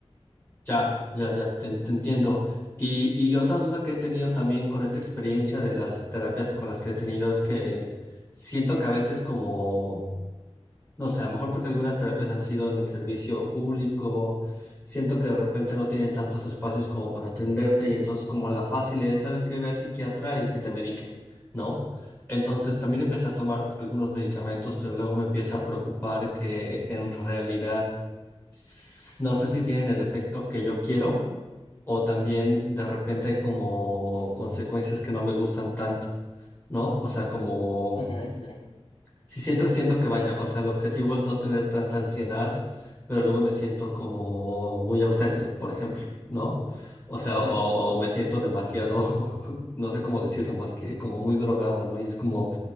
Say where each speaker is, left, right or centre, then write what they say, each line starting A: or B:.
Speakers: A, on the left (about 20°); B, on the left (about 65°).
A: ya, ya, ya, te, te entiendo. Y, y otra duda que he tenido también con esta experiencia de las terapias con las que he tenido es que siento que a veces como No sé, a lo mejor porque algunas terapias han sido en el servicio público, siento que de repente no tienen tantos espacios como para atenderte y entonces como la fácil es, sabes que ve al psiquiatra y que te medique, ¿no? Entonces también empecé a tomar algunos medicamentos, pero luego me empieza a preocupar que en realidad s- no sé si tienen el efecto que yo quiero o también de repente hay como consecuencias que no me gustan tanto, ¿no? O sea, como...
B: Ok, sí.
A: Sí, siento, siento que vaya, o sea, el objetivo es no tener tanta ansiedad, pero luego me siento como muy ausente, por ejemplo, ¿no? O sea,
B: Claro,
A: o,
B: el-
A: o me siento demasiado, <laughs> no sé cómo decirlo más que como muy drogado, ¿no? Y es como,